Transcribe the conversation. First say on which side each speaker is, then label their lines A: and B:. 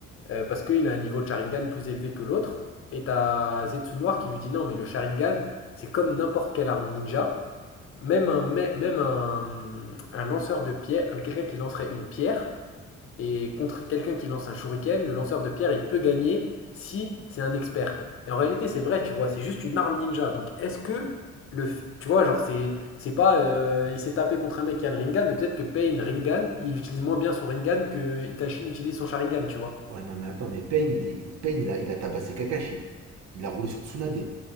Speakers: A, on the left (about 45°); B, on the right (about 65°).
A: euh, parce qu'il a un niveau de Sharingan plus élevé que l'autre. Et t'as Zetsu noir qui lui dit, non, mais le Sharingan, c'est comme n'importe quelle arme ninja. Même un, mè- même un, un lanceur de pierre, quelqu'un qui lancerait une pierre, et contre quelqu'un qui lance un shuriken, le lanceur de pierre, il peut gagner si c'est un expert. Et en réalité, c'est vrai, tu vois, c'est juste une arme ninja. Donc, est-ce que le, f- tu vois, genre, c'est, c'est pas, euh, il s'est tapé contre un mec qui a le Rinnegan, mais peut-être que Pain Rinnegan, il utilise moins bien son Rinnegan que Itachi n'utilise son Sharingan, tu vois.
B: Ouais, non, mais attends, mais Pain, il, est- Pain, il, a, il a tabassé Kakashi. Il a roulé sur Tsunade.